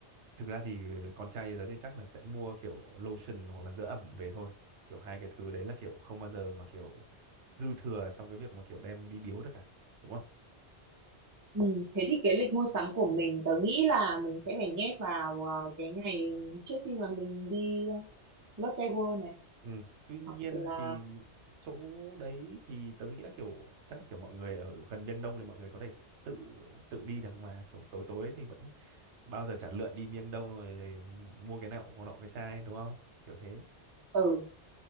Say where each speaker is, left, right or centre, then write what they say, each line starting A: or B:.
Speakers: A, on the right; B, on the right.
A: thực ra thì ờ, con trai như tớ thì chắc là sẽ mua kiểu lotion hoặc là dưỡng ẩm về thôi kiểu hai cái thứ đấy là kiểu không bao giờ mà kiểu dư thừa trong cái việc mà kiểu đem đi biếu được cả đúng không
B: ừ, thế thì cái lịch mua sắm của mình tớ nghĩ là mình sẽ phải nhét vào ờ, cái ngày trước khi mà mình đi Lotte World này
A: Ừ. Tuy nhiên
B: hoặc là
A: thì chỗ đấy thì tớ nghĩ là kiểu chắc là kiểu mọi người ở gần Miêng Đông thì mọi người có thể tự tự đi được mà kiểu tối tối thì vẫn bao giờ chả lượn đi Miêng Đông rồi mua cái nọ nọ cái chai đúng không kiểu thế
B: ừ